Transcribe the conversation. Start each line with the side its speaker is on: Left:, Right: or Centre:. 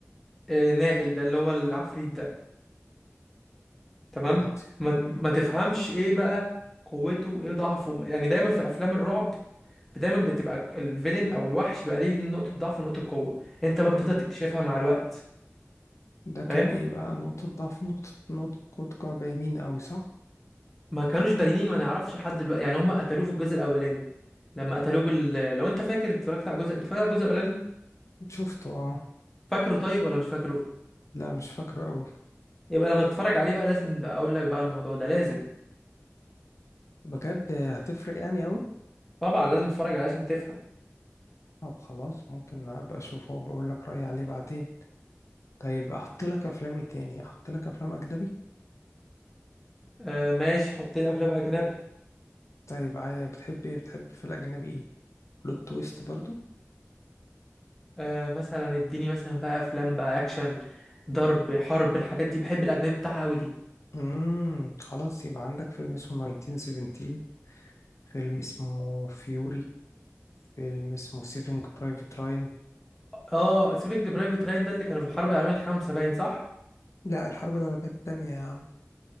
Centre: آه، نائل ده اللي هو العفريت ده تمام
Left: طب ما ت-
Centre: ما
Left: مم.
Centre: ما تفهمش ايه بقى قوته وايه ضعفه يعني دايما في افلام الرعب دايما بتبقى الفيلن او الوحش بقى ليه نقطه ضعف ونقطه قوه انت
Left: مم.
Centre: بقى بتفضل تكتشفها مع الوقت
Left: ده كان
Centre: فاهم
Left: ايه بقى نقطة ضعف نقطة نقطة قوة كانوا باينين قوي صح
Centre: ما كانوش باينين ما نعرفش لحد دلوقتي يعني هم قتلوه في الجزء الاولاني لما قتلوه بال... لو انت فاكر اتفرجت على الجزء انت فاكر على الجزء الاولاني
Left: شفته اه
Centre: فاكره طيب ولا مش فاكره
Left: لا مش فاكره قوي
Centre: يبقى لما تتفرج عليه بقى لازم اقول لك بقى الموضوع ده لازم
Left: بجد هتفرق يعني قوي
Centre: طبعا لازم تتفرج عليه عشان تفهم
Left: طب خلاص ممكن ابقى اشوفه وبقول لك رأيي عليه بعدين طيب احط لك افلامي تاني احط لك افلام اجنبي
Centre: آه ماشي حط لي افلام اجنبي
Left: طيب عاي- بتحب ايه بتحب في الاجنبي ايه بلوت تويست برضو
Centre: آه مثلا اديني مثلا بقى افلام بقى اكشن ضرب حرب الحاجات دي بحب الاجنبي بتاعها قوي دي
Left: امم خلاص يبقى عندك فيلم اسمه 1917 فيلم اسمه فيوري فيلم اسمه سيفينج برايفت راين
Centre: اه سيفنج برايفت راين ده اللي كانوا في الحرب العالميه الخامسه باين صح
Left: لا الحرب العالمية التانية